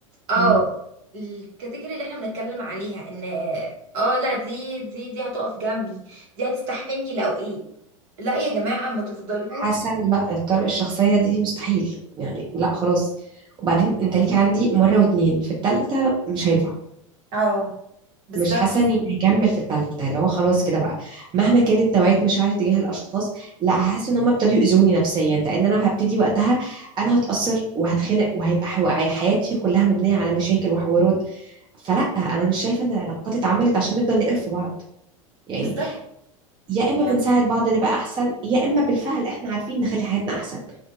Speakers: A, on the right; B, on the right.
A: اه
B: مم.
A: الكاتيجوري اللي احنا بنتكلم عليها ان اه لا دي دي دي هتقف جنبي دي هتستحملني لو ايه لا يا جماعة ما تفضلوا
B: حاسه ان لا الطرق الشخصيه دي مستحيل يعني لا خلاص وبعدين انت ليك عندي مره واتنين في التالتة مش هينفع
A: اه بالظبط
B: مش حاسه اني هكمل في التالتة اللي هو خلاص كده بقى مهما كانت نوعيه مشاعري تجاه الاشخاص لا هحس ان هم ابتدوا يؤذوني نفسيا لان انا هبتدي وقتها انا هتاثر وهتخنق وهيبقى حو- حياتي كلها مبنيه على مشاكل وحوارات فلا انا مش شايفه ان العلاقات اتعملت عشان نفضل نقرف في بعض يعني
A: بالظبط
B: يا اما
A: يعني
B: بنساعد بعض نبقى احسن يا اما بالفعل احنا عارفين نخلي حياتنا احسن